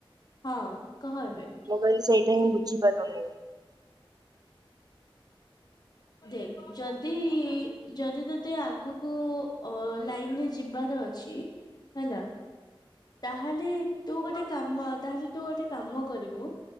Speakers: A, on the left; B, on the right.
A: ହଁ କହ ଏବେ।
B: ମୁଁ କହିଲି ସେଇଟା ହିଁ ବୁଝିପାରୁନି।
A: ଦେଖ ଯଦି ଯଦି ତତେ ଆଗୁକୁ ଅ ଲାଇନରେ ଯିବାର ଅ ଛି ହେଲା ତାହେଲେ ତୁ ଗୋଟେ କାମ ତାହେଲେ ତୁ ଗୋଟେ କାମ କରିବୁ